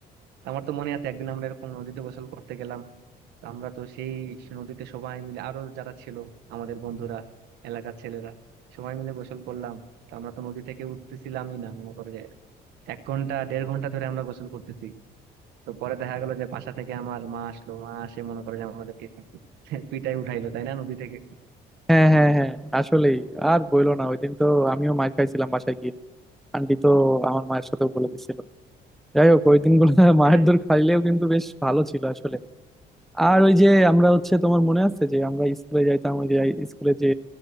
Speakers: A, on the right; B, in the centre.
A: আমার তো মনে আছে একদিন আমরা এরকম নদীতে গোসল করতে গেলাম তো আমরা তো সেই নদীতে সবাই মিলে আরো যারা ছিল আমাদের বন্ধুরা এলাকার ছেলেরা সবাই মিলে গোসল করলাম তো আমরা তো নদী থেকে উঠতেছিলামই না মনে করো যে এক ঘন্টা দেড় ঘন্টা ধরে আমরা গোসল করতেছি তো পরে দেখা গেল যে বাসা থেকে আমার মা আসলো মা আসে মনে করে যে আমাদেরকে পিটাই উঠাইলো তাই না নদী থেকে
B: হ্যাঁ হ্যাঁ হ্যাঁ আসলেই আর বইলো না ওই দিন তো আমিও মার খাইছিলাম বাসায় গিয়ে আন্টি তো আমার মায়ের সাথেও বলে দিছিল যাই হোক ওই দিনগুলো <laughs> মায়ের
A: হ্যাঁ
B: দৌড় খাইলেও কিন্তু বেশ ভালো ছিল আসলে আর ওই যে আমরা হচ্ছে তোমার মনে আছে যে আমরা স্কুলে যাইতাম ওই যে স্কুলে যে